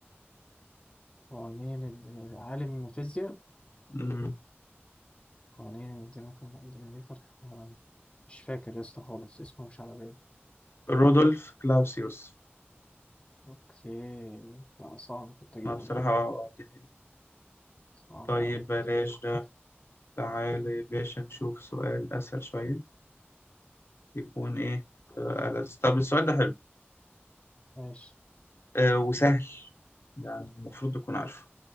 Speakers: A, on the left; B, on the left.
A: قوانين الد- عالم فيزياء
B: مم.
A: قوانين الديناميكا الديناميكا الحرارية مش فاكر يا اسطى خالص اسمه مش على بالي
B: رودولف كلاوسيوس
A: اوكي لا صعب كنت اجيبه
B: ما بصراحة
A: ده
B: آه، آه، دي حقيقة.
A: صعب
B: طيب
A: أوي كنت
B: بلاش
A: اجيبه <laughs>
B: تعالى يا باشا نشوف سؤال أسهل شوية يكون إيه آه، ألذ طب السؤال ده حلو
A: ماشي
B: آه، وسهل يعني المفروض تكون عارفه